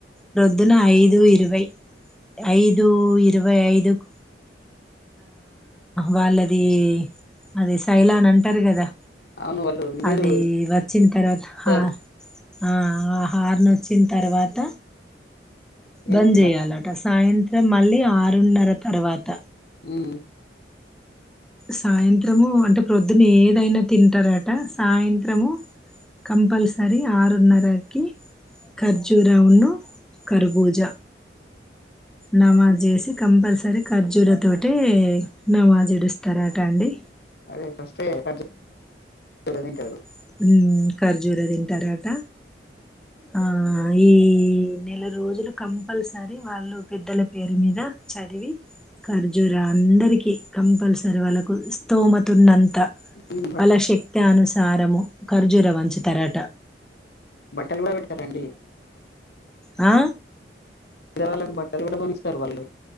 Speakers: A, in the centre; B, on the left.
A: పోద్దున ఐదు ఇరవై, ఐదు ఇరవై ఐదు కు వాళ్ళది అది సైలా అన్ అంటారు. కదా
B: అవును వాళ్ళు విధులు
A: అది వచ్చిన్ తర్వాత
B: ఇస్తారు
A: ఆ ఆ ఆహార్న్ వచ్చిన తర్వాత
B: ఏమి
A: బంద్
B: తిన్నారు
A: చేయాలట, సాయంత్రం మళ్ళీ ఆరు ఆరున్నర తర్వాత
B: హ్మ్
A: సాయంత్రము అంటే ప్రొద్దున ఏదైనా తింటారట సాయంత్రము కంపల్సరీ ఆరున్నరకి ఖర్జూరౌన్ను కర్బూజ నమాజ్ చేసి కంపల్సరీ ఖర్జూర తోటి నమాజ్ ఇడుస్తారట అండి
B: అదే ఫస్టీ <unintelligible>
A: మ్ ఖర్జూర తింటారట ఆ ఈ నెల రోజులు కంపల్సరి వాళ్ళు పెద్దల పేరు మీద చదివి ఖర్జూర అందరికి కంపల్సరి వాళ్ళకు స్తోమతున్న క
B: ఉమ్ బట్-
A: వాళ్ళ శక్ త్యానుసారము కర్జూర వంచి తరాట
B: బట్టలు గుడా పెడతారండి
A: ఆ
B: బీద వాళ్ళకు బట్టలు కూడా కొంచస్తారు వాళ్ళు